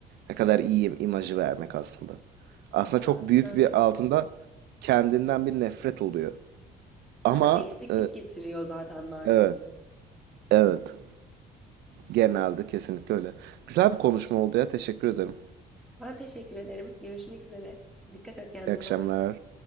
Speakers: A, on the right; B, in the centre.
A: ne kadar iyi imajı vermek aslında. Aslında çok
B: Aynen
A: büyük
B: öyle.
A: bir altında kendinden bir nefret oluyor. Ama
B: Aynen eksiklik
A: e,
B: getiriyor zaten narsizmi.
A: evet, evet. Genelde kesinlikle öyle. Güzel bir konuşma oldu ya. Teşekkür ederim.
B: Ben teşekkür ederim. Görüşmek üzere. Dikkat et kendine.
A: İyi akşamlar.
B: Bay bay.